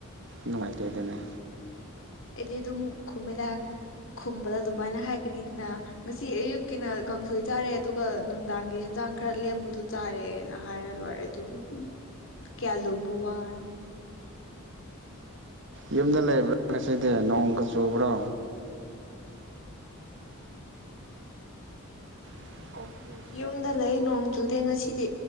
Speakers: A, on the right (about 55°); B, on the left (about 60°).
A: ꯅꯨꯡꯉꯥꯏꯇꯦꯗꯅ꯫
B: ꯑꯩꯗꯤ ꯑꯗꯨꯝ ꯈꯨꯝꯃꯦꯗ ꯈꯨꯝꯕꯗ ꯑꯗꯨꯃꯥꯏꯅ ꯍꯥꯏꯒꯅꯤ ꯑꯗꯨꯅ ꯉꯁꯤ ꯑꯌꯨꯛꯀꯤꯅ ꯀꯥꯡꯁꯣꯏ ꯆꯥꯔꯦ ꯑꯗꯨꯒ ꯑꯗꯨꯒ ꯅꯨꯡꯗꯥꯡꯒꯤ ꯍꯟꯖꯥꯡ ꯈꯔ ꯂꯦꯝꯕꯗꯣ ꯆꯥꯔꯦꯅ ꯍꯥꯏꯔ ꯂꯣꯏꯔꯦ ꯑꯗꯨꯕꯨ ꯍꯨꯝ ꯀꯌꯥꯂꯨꯕ ꯋꯥꯅꯣ꯫
A: ꯌꯨꯝꯗ ꯂꯩꯕ꯭ꯔꯣ ꯉꯁꯤꯗꯤ ꯅꯣꯡꯒ ꯆꯨꯕ꯭ꯔꯣ? <inaudible>
B: ꯌꯨꯝꯗ ꯂꯩ ꯅꯣꯡ ꯆꯨꯗꯦ ꯉꯁꯤꯗꯤ꯫